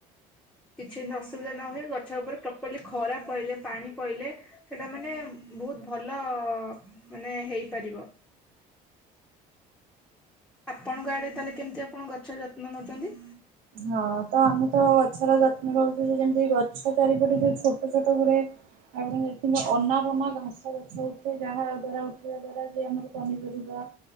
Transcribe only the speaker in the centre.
କିଛି ଯେମିତି ଅସୁବିଧା ନ ହୁଏ। ଗଛ ଉପରେ ପ୍ର ପରଲି ଖରା ପଇଲେ, ପାଣି ପଇଲେ ସେଇଟା ମାନେ ବହୁତ ଭଲ ମାନେ ହେଇପାରିବ। ଆପଣଙ୍କ ଆଡ଼େ ତାହେଲେ କେମିତି ଆପଣ ଗଛର ଯତ୍ନ ନେଉଛନ୍ତି?